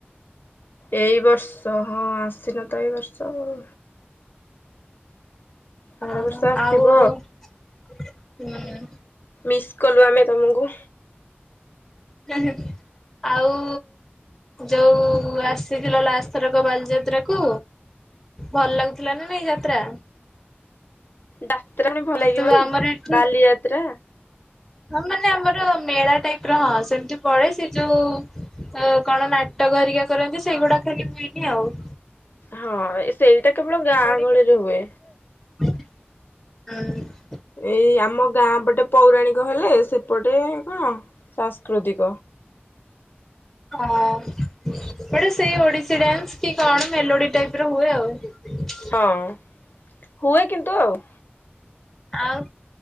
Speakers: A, on the left; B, in the centre.
A: ଏଇ ବର୍ଷ ହଁ ଆସିନ ତ ଏଇ ବର୍ଷ ଆଉ।
B: ଅହୋ
A: ଆର ବର୍ଷ ଆସିବ
B: ଆଉ ହୁଁ।
A: ମିସ୍ କଲୁ ଆମେ ତମକୁ।
B: ହୁଁ, ହୁଁ, ଆଉ। ଯୋଉ ଆସିଥିଲା ଲାଷ୍ଟଥରକ ବାଲିଯାତ୍ରା କୁ ଭଲ ଲାଗୁଥିଲା ନା ନାଇଁ ଯାତ୍ରା?
A: ଡାକ୍ତରାଣୀ ଭଲ
B: କିନ୍ତୁ
A: ଲାଗିବନି
B: ଆମର ଏଠି
A: ବାଲିଯାତ୍ରା
B: ହଁ ମାନେ ଆମର ମେଳା ଟାଇପ ର ହଁ ସେମିତି ପଳେ ସେ ଯୋଉ ଅ କଣ ନାଟକ ଘରିକା କରନ୍ତି ସେଇଗୁଡା ଖାଲି ହୁଏନି ଆଉ।
A: ହଁ ସେଇଟା କେବଳ
B: ମେଲୋଡି
A: ଗାଁ ଗହଳିରେ
B: ଫେଲୋଡି ଟିକେ
A: ହୁଏ।
B: ହୁଁ
A: ଏଇ ଆମ ଗାଁ ପଟେ ପୌରାଣିକ ହେଲେ ସେପଟେ କଣ ସାଂସ୍କୃତିକ।
B: ହଁ ଗୋଟେ ସେଇ ଓଡ଼ିଶୀ ଡ୍ୟାନ୍ସ କି କଣ ମେଲୋଡି ଟାଇପ ର ହୁଏ ଆଉ।
A: ହଉ ହୁଏ କିନ୍ତୁ ଆଉ।
B: ଆଉ